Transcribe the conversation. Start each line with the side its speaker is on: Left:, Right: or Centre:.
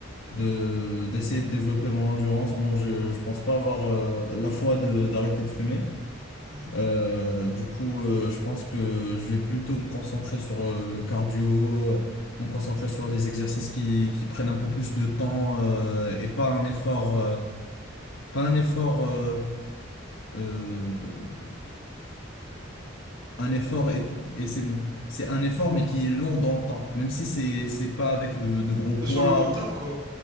Left: de d'essayer de développer mon endurance. Bon, je je pense pas avoir euh, la foi de d'arrêter de fumer,
Right: Mhm.
Left: Euh, du coup, euh, je pense que je vais plutôt me concentrer sur euh, le cardio, euh, me concentrer sur les exercices qui, qui prennent un peu plus de temps euh, et pas un effort, euh, pas un effort, euh, euh, un effort et, et c'est bon. C'est un effort mais qui est long dans le temps, même si c'est c'est pas avec de, de gros poids.
Right: Bah, Sur le long terme, quoi.